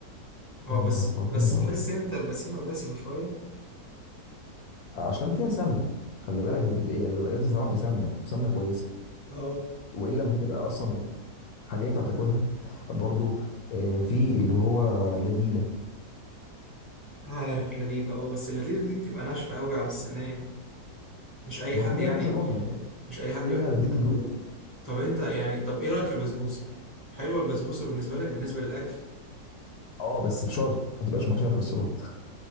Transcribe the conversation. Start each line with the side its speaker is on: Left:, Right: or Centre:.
Right: اه
Left: يا
Right: بس
Left: نهار ابيض
Right: بس تحس انت البسيمة دسمة شوية
Left: عشان فيها سمنه خلي بالك بت- يعني لازم تتعمل بسمنه سمنه كويسه
Right: اه
Left: والا مش هتبقى اصلا حاجه ينفع تاكلها برضو آه، في اللي هو لذيذه
Right: عارف اللذيذة اه بس اللذيذة دي تبقى ناشفة قوي على السنان مش أي
Left: ما
Right: حد
Left: هو في منها
Right: يعني
Left: كذا نوع خلي بالك
Right: مش أي حد
Left: في منها
Right: بقى.
Left: لذيذه
Right: طب أنت يعني طب إيه رأيك في البسبوسة؟ حلوة البسبوسة بالنسبة لك بالنسبة للأكل؟
Left: اه بس بشرط ما تبقاش محشيه مكسرات